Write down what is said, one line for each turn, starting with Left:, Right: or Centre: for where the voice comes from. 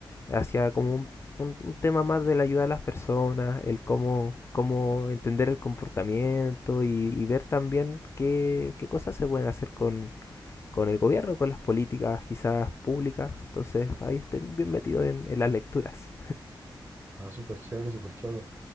Left: hacia como un, un- un tema más de la ayuda a las personas, el cómo, cómo entender el comportamiento y, y ver también qué, qué cosas se pueden hacer con, con el gobierno, con las políticas quizás públicas. Entonces ahí estoy bien metido en, en las lecturas.
Right: Ah, súper chévere, súper chévere.